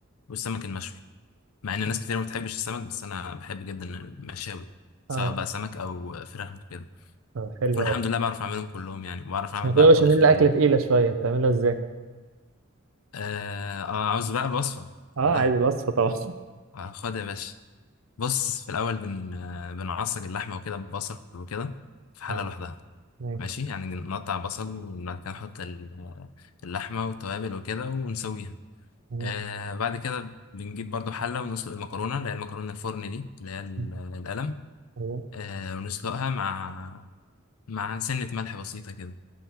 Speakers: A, on the left (about 85°); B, on the right (about 65°).
A: والسمك المشوي مع ان ناس كتير ما بتحبش السمك بس انا بحب جدا المشاوي سواء
B: اه
A: بقى سمك او فراخ وكده
B: طب حلو
A: والحمد
B: قوي
A: لله بعرف اعملهم كلهم يعني وبعرف
B: بس
A: اعمل
B: المكرونه
A: بقى الطبيخ
B: بشاميل
A: ال
B: اكله تقيله شويه بتعملها ازاي
A: آه آه، عاوز بقى الوصفة
B: اه
A: كلها
B: عايز الوصفه طبعا
A: آه، خد يا باشا بص في الأول بن آه، بنعصج اللحمة وكده ببصل وكده في حلة
B: آه.
A: لوحدها
B: ماشي
A: ماشي يعني نقطع بصل وبعد كده نحط ال- آه، اللحمة والتوابل وكده ونسويها
B: مم.
A: آه بعد كده بنجيب برضو حلة ونسلق المكرونة اللي هي المكرونة الفرن دي اللي هي ال-
B: مم،
A: القلم
B: أيوة.
A: آه ونسلقها مع مع سنة ملح بسيطة كده